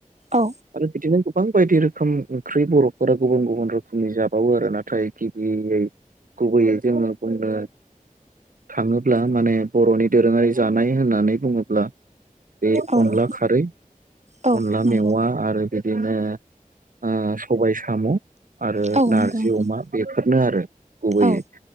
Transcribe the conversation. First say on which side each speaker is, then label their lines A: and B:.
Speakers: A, on the right; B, on the right.
A: औ
B: आरो बिदिनो गोबां गोबां बायदि रोखोम ओंख्रि बर'फोरा गुबुन- गुबुन रोखोमनि जाबावो आरो नाथाय गिबियै गुबैयै जोंङो बुंनो थांङोब्ला माने बर'नि दोरोङारि जानाय होननानै बुंङोब्ला बे
A: औ
B: अनला
A: नोंथां
B: खारै,
A: औ
B: अनला
A: नंगौ
B: <unintelligible> औवा आरो बिदिनो ओ सबाय साम'। आरो
A: औ
B: नारजि
A: नंगौ नोंथां
B: अमा, बेफोरनो आरो गुबैयै।
A: औ